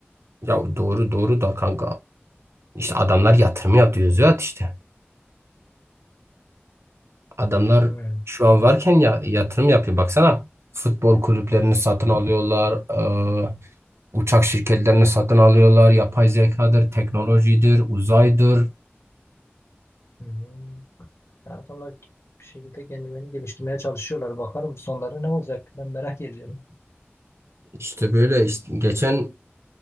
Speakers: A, on the right (about 85°); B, on the left (about 80°).
A: Ya doğru doğru da kanka. İşte adamlar yatırım yapıyor
B: Hmm,
A: Züat işte. Adamlar
B: hmm,
A: şu an varken ya, yatırım yapıyor. Baksana futbol kulüplerini satın alıyorlar. e, uçak şirketlerini satın alıyorlar. Yapay zekadır, teknolojidir, uzaydır.
B: hmm. Yani adamlar bir şekilde kendilerini geliştirmeye çalışıyorlar. Bakalım sonları ne olacak? Ben merak ediyorum.
A: İşte böyle işte geçen